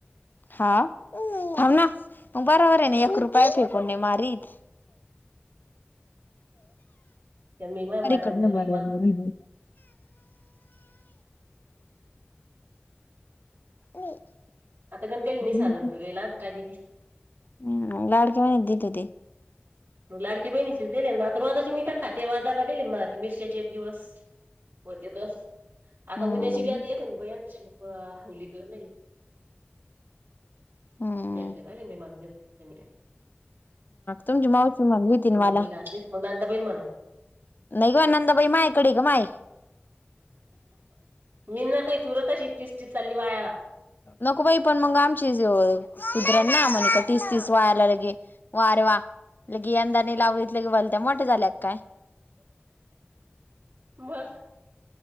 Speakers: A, on the left; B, on the right.
A: हा थाबना बरोबर ना एक रुपया फेकून नाही मारीत
B: त्या मी माझ्या माड्यावर
A: अर कडन
B: नेवरील
A: बाडर
B: बांधून
A: ब <inaudible> धर ह नई
B: आता गण दिली नाही हजार रुपये गेला काय देती
A: हम् लाडके म्ह
B: मग लाडकी बहिणी दिले ना तरवाजचे मी का खात आजारला दिले म मिरशचे एक दिवस होते त आता
A: हम्म
B: उद्याची बी आता य की ब हवली का नाय
A: हम्म.
B: भेटल्यान बाई मला उद्या <unintelligible>
A: तुमची मावशी म्हनली होती ना मला
B: पहिला हात मग दादा बैल म्हणा
A: नई ग नदाबहीण मायकडे ग माय
B: मी ना काही तुरत श्टस्िक चाली वायाला
A: नको बाई पण मग आमची सुधरण ना म्हणे का तीस तीस वायायला लगे वा आरे वा लगी यंदा नि लाल्यात लगे भलत्या मोठे झाल्यात काय
B: बस